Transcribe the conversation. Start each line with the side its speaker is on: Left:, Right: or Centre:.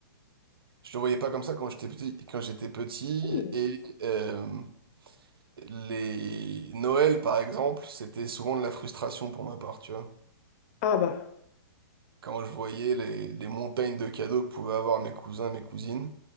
Right: je le voyais pas comme ça quand j'étais petit, quand j'étais petit
Left: Oui.
Right: et, euh, Les Noël, par exemple, c'était souvent de la frustration pour ma part, tu vois.
Left: Ah bah,
Right: Quand je voyais les, les montagnes de cadeaux que pouvaient avoir mes cousins, mes cousines,